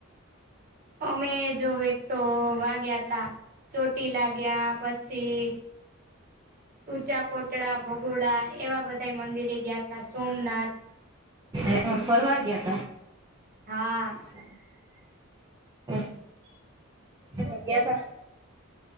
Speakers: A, on the right (about 45°); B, on the right (about 20°).
A: <unintelligible> <unintelligible> અમે જો એક તો વાગ્યા તા ચોટીલા ગયા પછી. ઉંચા કોટડા ભગોડા એવા બધા મંદિરે ગયા હતા સોમનાથ
B: એ ફરવા ગયા તા.
A: હા.
B: <inaudible> <inaudible>
A: <unintelligible>
B: ગયા
A: <unintelligible>
B: તા